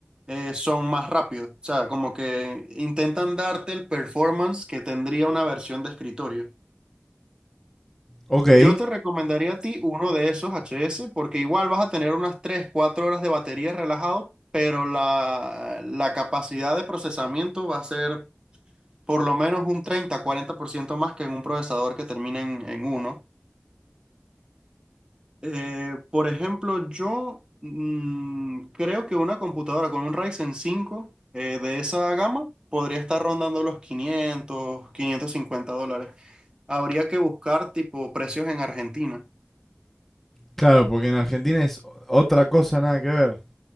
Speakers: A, on the right (about 20°); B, in the centre.
A: eh, son más rápidos. O sea, como que intentan darte el performance que tendría una versión de escritorio.
B: Ok,
A: Yo te recomendaría a ti uno de esos HS porque igual vas a tener unas 3, 4 horas de batería relajado, pero la, la capacidad de procesamiento va a ser por lo menos un treinta, cuarenta por ciento más que en un procesador que termine en, en 1. Eh, por ejemplo, yo mm, creo que una computadora con un Ryzen cinco eh, de esa gama podría estar rondando los quinientos, quinientos cincuenta dólares. Habría que buscar tipo precios en Argentina.
B: claro, porque en Argentina es otra cosa, nada que ver.